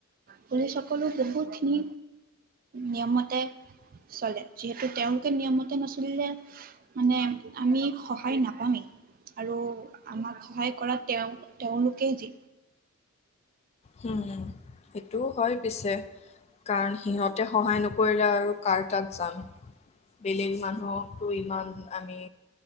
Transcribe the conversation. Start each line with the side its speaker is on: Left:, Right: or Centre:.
Right: পুলিচ সকলো বহুতখিনি নিয়মতে চলে যিহেতু তেওঁলোকে নিয়মতে নচলিলে মানে আমি সহায় নাপামেই আৰু আমাক সহায় কৰা তেওঁ তেওঁলোকেই যি
Left: হম সেইটোও হয় পিছে কাৰণ সিহঁতে সহায় নকৰিলে আৰু কাৰ তাত যাম বেলেগ মানুহকো ইমান আমি